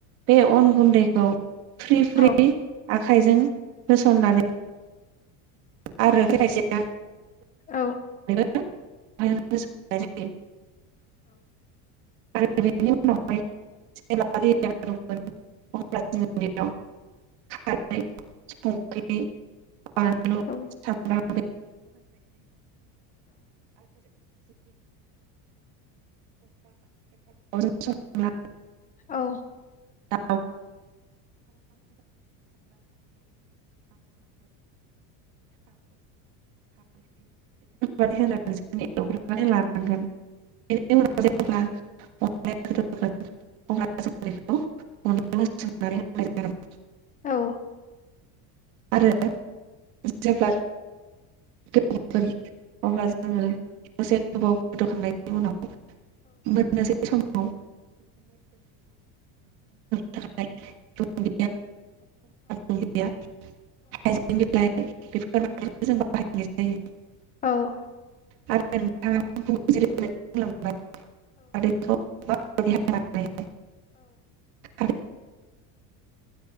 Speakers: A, on the right; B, on the left.
A: बे अन गुन्दैखौ फ्रि फ्रि
B: औ नोंथां
A: आग खाइजों होस'ननानै आरो खायसेया
B: औ
A: <inaudible> आ <inaudible> आरो ओरैनि उनावहाय <inaudible> <inaudible>
B: औ
A: <inaudible> आरो <inaudible> <inaudible>
B: औ
A: <inaudible> <inaudible> <inaudible> मानि होनांगोन जों एवग्रोनानै लानांगोन <inaudible> <inaudible>
B: औ
A: आरो जेब्ला गोमोन अब्ला जोङो दसे गोबाव गोदोखांनायनि उनाव बदसै सम <inaudible> <inaudible> साब' गैया <inaudible> <inaudible> <inaudible>
B: औ
A: <inaudible> <inaudible> <inaudible> <inaudible>